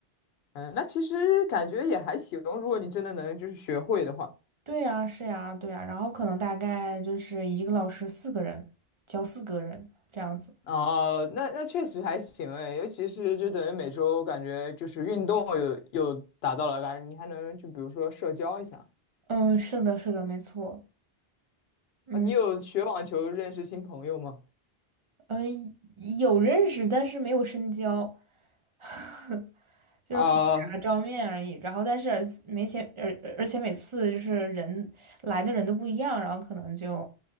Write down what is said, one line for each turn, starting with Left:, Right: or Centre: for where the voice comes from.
Left: 嗯，那其实感觉也还行，如果你真的能就是学会的话。
Right: 对呀，是呀，对呀，然后可能大概就是一个老师四个人，教四个人这样子。
Left: 哦，那那确实还行哎，尤其是就等于每周感觉就是运动有有达到了，感觉你还能就比如说社交一下。
Right: 嗯，是的，是的，没错。嗯，
Left: 呃，你有学网球认识新朋友吗？
Right: 呃，有认识，但是没有深交，<laughs> 就是可能打照面而已。
Left: 啊、
Right: 然后，但是而没钱，而而且每次就是人来的人都不一样，然后可能就，